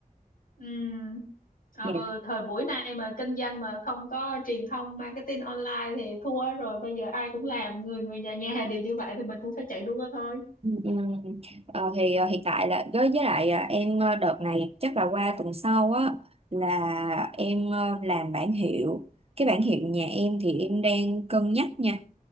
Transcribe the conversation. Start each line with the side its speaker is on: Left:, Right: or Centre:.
Left: ừ ờ
Right: Dạ.
Left: thời buổi này mà kinh doanh mà không có truyền thông marketing online thì thua rồi bây giờ ai cũng làm người người nhà nhà đều như vậy thì mình cũng phải chạy đua thôi
Right: Ừ, ừ. Ờ, thì ờ, hiện tại là với với lại ờ, em ờ, đợt này chắc là qua tuần sau á là em ờ, làm bản hiệu cái bản hiệu nhà em thì em đang cân nhắc nha